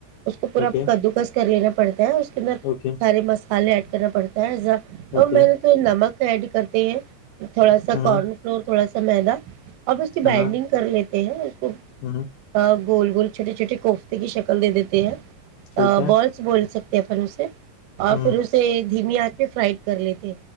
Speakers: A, on the right; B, on the left.
A: اس کو پورا
B: اوکے
A: کدو کس کر لینا پڑتا ہے اس ر
B: اوکے
A: سارے مسالے آ کرنا پڑتا ہےزا
B: اوکے
A: اور میں نے کوئی نمک ایڈ کرتے ہیں تھوڑا سا
B: ہ
A: کارن فلور تھوڑا س ملاہ اب اس کی بائنڈنگ
B: ہاں
A: کر لیتے یہ
B: ہ
A: ہاں گول بول چھوٹی چھوٹی کوفتے کی شکل د دیتے ہیں
B: ٹھیک
A: ا
B: ہے
A: بالس بول سک د فن سے اور
B: ہ
A: پھر اسے دھیمی آتی پ فرائٹ کر لیتے